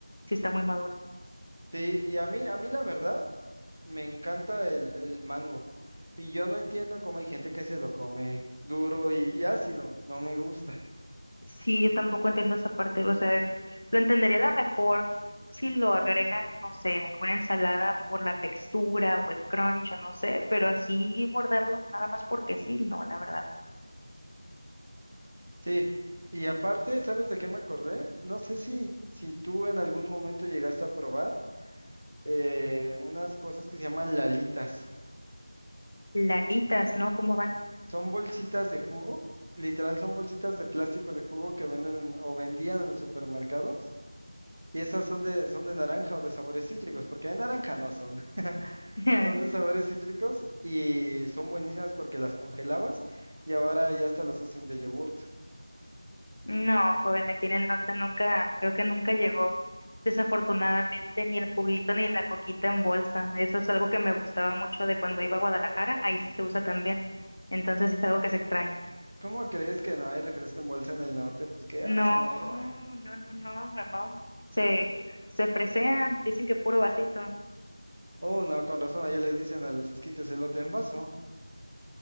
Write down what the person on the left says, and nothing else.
si está muy maduro.
Sí, yo tampoco entiendo esa parte, o sea, lo entendería a lo mejor si lo agregan, no sé, alguna ensalada por la textura o el crunch, o no sé, pero así morderlo nada más porque sí, no, la verdad no.
Lalitas, ¿no? ¿Cómo van?
<laughs>
No, joven, aquí en el norte nunca, creo que nunca llegó, desafortunadamente, ni el juguito ni la coquita en bolsa. Eso es algo que me gustaba mucho de cuando iba a Guadalajara, ahí sí se usa también, entonces
sí es algo que se extraña.
No,
no, no, no, no, no. Se, se fresean, dicen que puro vasito.